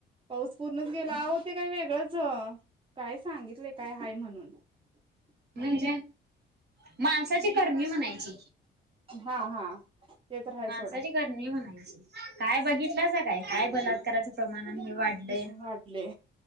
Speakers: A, on the right; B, on the right.
A: पाऊस पूर्णच गेला अहो ते काय वेगळंच काय सांगितले काय हाय म्हणून. <inaudible>
B: म्हणजे माणसाची करणी म्हणायची
A: हा हा ते तर हाय
B: माणसाची
A: सोडा
B: कर णी म्हणायची काय बघितला जा काय काय बलात्काराच प्रमाण आणि हे वाढलंय
A: वाटले